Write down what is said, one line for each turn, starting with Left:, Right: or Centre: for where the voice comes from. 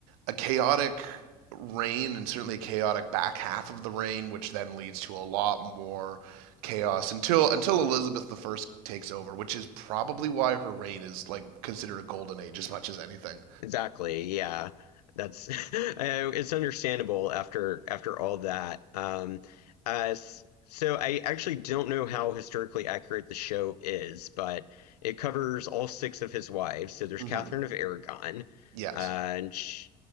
Right: a chaotic reign, and certainly a chaotic back half of the reign, which then leads to a lot more chaos until until Elizabeth the First takes over, which is probably why her reign is like considered a golden age as much as anything.
Left: Exactly. Yeah. That's <laughs> I- it's understandable after after all that. Um, uh, s- so I actually don't know how historically accurate the show is, but it covers all six of his wives. So there's
Right: Mm-hmm.
Left: Catherine of Aragon, uh,
Right: Yes.
Left: and sh